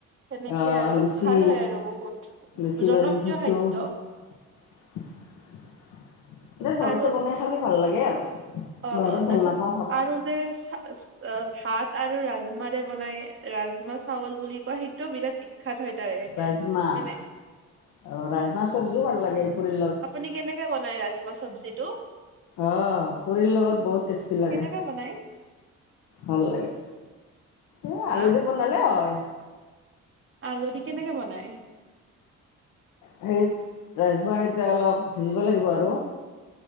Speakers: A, on the right; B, on the left.
A: সেনেকে
B: আহ
A: আৰু
B: লুচি
A: ভাল হয় আৰু বহুত
B: লুচি
A: জনপ্ৰিয়
B: ভাজি খাইছোঁ
A: খাদ্য।
B: <unintelligible> দে ঘৰতে
A: আৰু
B: বনাই খালে ভাল লাগে আৰু।
A: অ
B: বাহিৰত
A: অ
B: ভাল
A: তাৰিছত
B: নাপাওঁ খাব
A: আৰু যে অ, ভাত আৰু ৰাজমাৰে বনাই ৰাজমা চাউল বুলি কোৱা সেইটোও বিৰাট বিখ্যাত হয়। তাৰে
B: ৰাজমাহ
A: মানে
B: অ, ৰাজমাহ চব্জিও ভাল লাগে পুৰি
A: আপুনি কেনেকে বনাই ৰাজমাহ চব্জিটো?
B: আহ পুৰিৰ লগত বহুত টেষ্টি লাগে।
A: কেনেকে বনাই
B: ভাল লাগে, এ
A: হা
B: আলু দি বনালে হয়।
A: আলু দি কেনেকে বনাই?
B: সেই ৰাজমাকেইটা অলপ ভিজিব লাগিব আৰু।